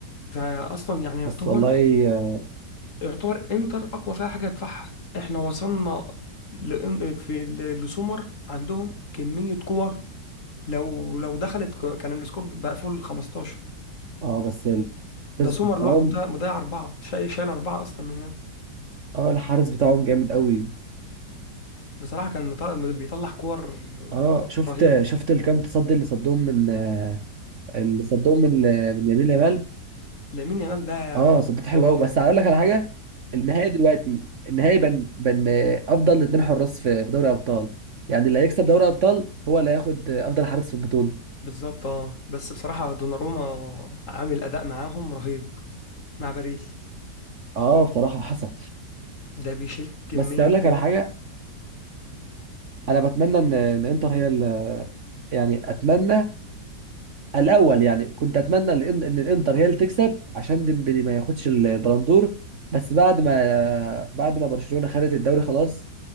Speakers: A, on the left; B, on the right.
A: فاصلا يعني يعتبر
B: بس والله اه
A: يعتبر انتر اقوى فيها حاجه يدفعها احنا وصلنا لإن- في ل- لسومر عندهم كميه كور لو لو دخلت ك- كان السكور بقى فوق ال 15
B: آه، بس الحارس
A: ده سومر
B: بتاعهم
A: لوحده مضيع مضيع اربعه شايل شايل اربعه اصلا مننا
B: اه الحارس بتاعهم جامد قوي
A: بصراحه كان مط- بيطلع كور
B: اه شفت
A: رهيبه
B: شفت الكام تصدي اللي صدهم من آه، اللي صدهم من من يمين لمال
A: لامين يامال ده
B: اه صدت
A: خرافي
B: حلو قوي بس هقول لك على حاجه النهائي دلوقتي النهائي بن بن افضل اتنين حراس في في دوري ابطال يعني اللي هيكسب دوري ابطال هو اللي هياخد افضل حارس في البطوله
A: بالظبط اه بس بصراحه دوناروما عامل اداء معاهم رهيب مع باريس
B: اه بصراحه حصل
A: ده بيشيل كمية
B: بس هقول
A: كور
B: لك على حاجه انا بتمنى ان ان انتر هي ال- يعني اتمنى الاول يعني كنت اتمنى ان ان الانتر هي اللي تكسب عشان ديمبلي ما ياخدش البلندور بس بعد ما بعد ما برشلونه خدت الدوري خلاص